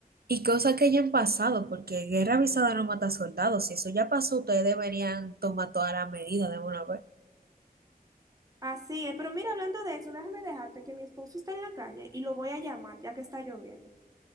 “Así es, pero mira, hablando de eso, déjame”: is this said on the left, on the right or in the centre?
Right